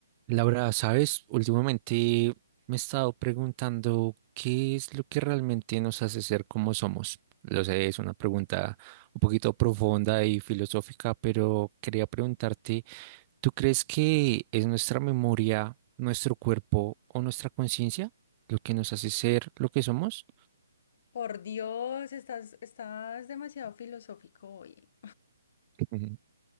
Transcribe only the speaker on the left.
Por Dios, estás, estás demasiado filosófico hoy.